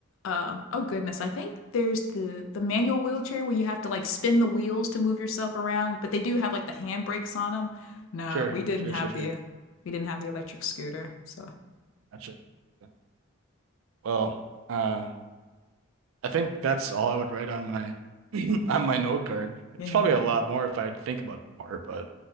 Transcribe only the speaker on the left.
um oh goodness, I think there's the the manual wheelchair where you have to like spin the wheels to move yourself around, but they do have like the handbrakes on them. No,
we didn't
have
the we didn't have the electric scooter. So,
yeah.